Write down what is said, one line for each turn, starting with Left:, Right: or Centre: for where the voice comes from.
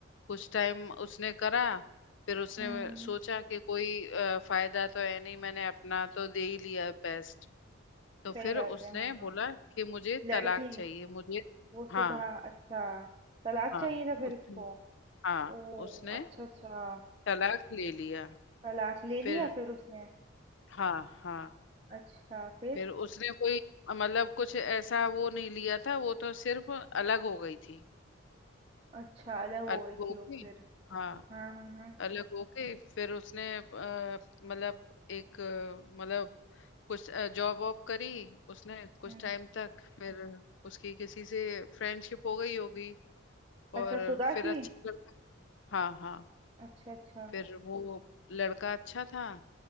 Left: कुछ टाइम उसने करा फिर उसने
Right: हम्म, हम्म।
Left: सोचा कि कोई अ, फायदा तो है नहीं मैंने अपना तो दे ही लिया बेस्ट तो
Right: सही
Left: फिर
Right: बात
Left: उसने
Right: है हाँ हाँ
Left: बोला कि मुझे
Right: लड़की
Left: तलाक चाहिए मुझे
Right: वो सुधा
Left: हाँ
Right: अच्छा तलाक
Left: हाँ
Right: चाहिए था फिर
Left: उसने
Right: उसको
Left: हाँ
Right: ओ
Left: उसने
Right: अच्छा अच्छा
Left: तलाक ले लिया
Right: तलाक ले
Left: फिर
Right: लिया फिर उसने
Left: हाँ हाँ
Right: अच्छा फिर
Left: फिर उसने कोई मतलब कुछ ऐसा वो नहीं लिया था वो तो सिर्फ अलग हो गई थी
Right: अच्छा अलग हो
Left: अलग
Right: गई थी
Left: होके
Right: वो फिर
Left: हाँ
Right: हाँ हाँ हाँ
Left: अलग होके फिर उसने अ, मतलब एक अ, मतलब कुछ जॉब वॉब करी उसने कुछ
Right: हम्म
Left: टाइम तक फिर उसकी किसी से फ्रेंडशिप हो गई होगी
Right: अच्छा
Left: और
Right: सुधा
Left: फिर
Right: की
Left: अच्छा लड़का हाँ हाँ
Right: अच्छा अच्छा
Left: फिर वो लड़का अच्छा था